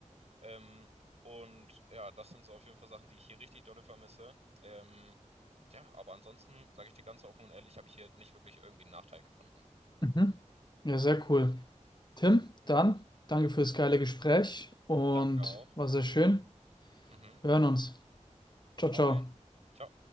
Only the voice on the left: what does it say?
Mhm. Ja, sehr cool. Tim, dann danke für das geile Gespräch und
war sehr schön.
Wir hören uns. Ciao,
ciao.